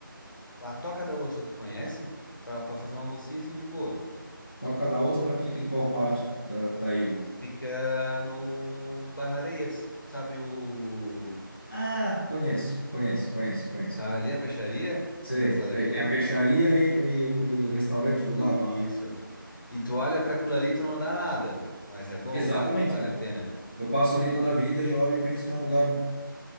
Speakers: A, on the left (about 60°); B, on the left (about 25°).
A: a Toca da Ostra, tu conhece? Pra, pra fazer uma mocinha assim de boa.
B: Toca da Ostra fica em qual parte da, da ilha?
A: Fica no Bairro Areias. Sabe o
B: Ah, conheço, conheço, conheço, conheço.
A: Sabe ali a peixaria? Que
B: Sei,
A: tem um restaurante
B: sei. Tem
A: ali?
B: a peixaria e, e o, e o restaurante do lado.
A: Isso.
B: lá.
A: E tu olha pra aquilo ali, e tu não dá nada. Mas é bom,
B: Exatamente,
A: tá? Vale
B: cara.
A: a pena.
B: Eu passo ali toda a vida e olho e penso que é um lugar